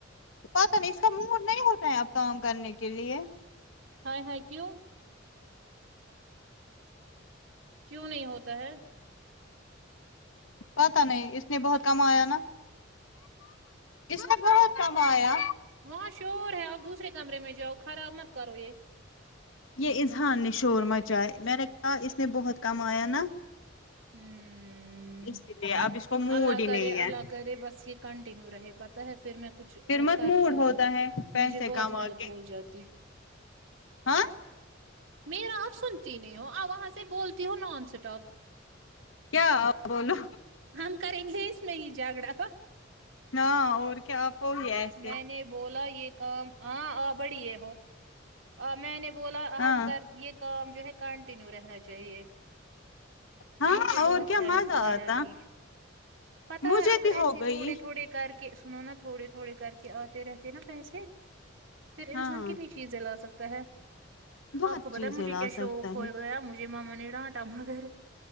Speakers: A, on the left; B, on the right.
A: پتاہ نہیں اس کا موڈ نہیں ہوتا ہے آپ کام کرنے کے لیے
B: ہائے ہاے کیو کیوں نہیں ہوتا ہے
A: پتہ نہیں اس نے بہت کم آیا نا اس نے بہت کمایا
B: وہاں شور ہے آپ دوسرے کمرے میں جاؤ خراب مت کرو یہ
A: یہ اظہان نے شور مچائے میں نے کہا اس نے بہت کمایا نا
B: ہوں ہمم
A: اسی لیے اب اس کو موڈ
B: اللہ
A: ہی
B: کرے
A: نہیں
B: اللہ
A: ہے
B: کرے بس یہ کنٹیینیو رہے پتا ہے پھر میں کچھ
A: پھر مت
B: کرتی
A: موڈ ہوتا
B: اب
A: ہے پیسے
B: مجھے بہت
A: کما
B: ہیلپ
A: کے
B: ہو جاتی
A: ہاں
B: میرا آپ سنتی نہیں ہو آ وہاں سے بولتی ہوں نان اسٹاپ
A: کیا بولو
B: ہم کریں گے اس میں ہی جھگڑا ہو
A: نہ اور کیا وہی ایسے
B: میں نے بولا یہ کام ہاں آ بڑی یہ ہو آ میں نے بولا
A: ہاں
B: ہم کر یہ کام جو ہے کنٹینیو رہنا چاہیے
A: ہاں
B: مجھے بہت
A: اور کیا
B: ہیلپ
A: مزہ
B: ہو جاتی
A: آتا
B: پتا ہے
A: مجھے
B: اگر
A: بھی
B: ایسے
A: ہو گئی
B: تھوڑے تھوڑے کر کے کہ سنو نا تھوڑے تھوڑے کر کے آتے رہتے نا پیسے پھر انسان
A: ہاں
B: کے چیزیں لا سکتا ہے
A: بہت
B: آپ کو بتا
A: چیزیں
B: مجھے
A: لا
B: کیا
A: سکتا
B: شوق
A: ہے
B: ہو گیا مجھے یہ ماما نے ڈانٹا مگر